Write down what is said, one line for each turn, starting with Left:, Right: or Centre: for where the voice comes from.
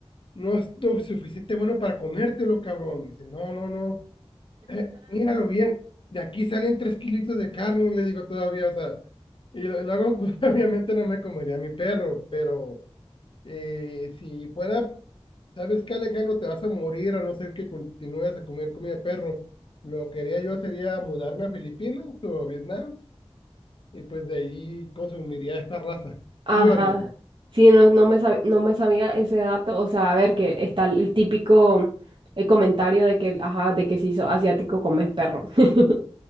Left: no es lo suficiente bueno para comértelo, cabrón. Dice, no, no, no, eh, míralo bien. De aquí salen tres kilitos de carne, le digo todavía, o sea, y lo, lo hago, <laughs> obviamente no me comería a mi perro, pero eh, si fuera, ¿sabes qué, Alejandro? Te vas a morir a no ser que continúes a comer comida de perro. Lo que haría yo sería mudarme a Filipinas o a Vietnam y pues de ahí consumiría esta raza.
Right: Ajá.
Left: Sí lo haría,
Right: Sí, no, no me sab- no me sabía ese dato. O sea, a ver, que está el típico eh, comentario de que, ajá, de que si sos asiático comes perro. <laughs>